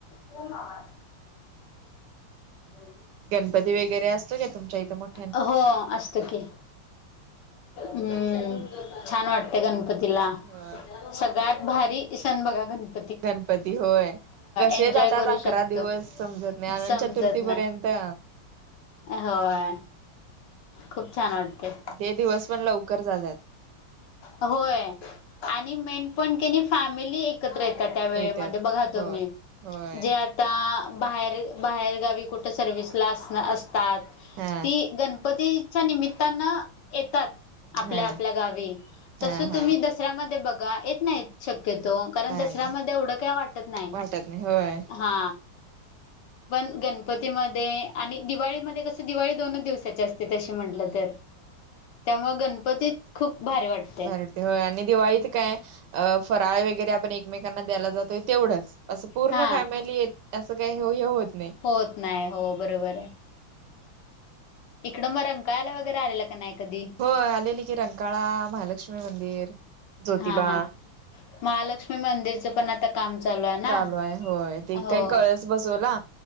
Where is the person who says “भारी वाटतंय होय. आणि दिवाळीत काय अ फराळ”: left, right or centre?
Right